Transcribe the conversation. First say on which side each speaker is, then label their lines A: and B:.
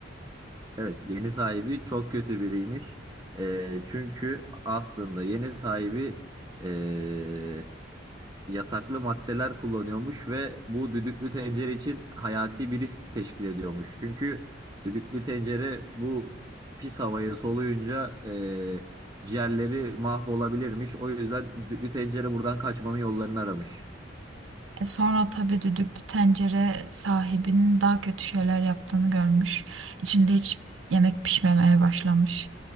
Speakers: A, on the right; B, on the right.
A: evet yeni sahibi çok kötü biriymiş. E, çünkü aslında yeni sahibi e, yasaklı maddeler kullanıyormuş ve bu düdüklü tencere için hayati bir risk teşkil ediyormuş. Çünkü düdüklü tencere bu pis havayı soluyunca e, ciğerleri mahvolabilirmiş. O yüzden düdüklü tencere buradan kaçmanın yollarını aramış.
B: E, Sonra tabii düdüklü tencere sahibinin daha kötü şeyler yaptığını görmüş. İçinde hiç yemek pişmemeye başlamış.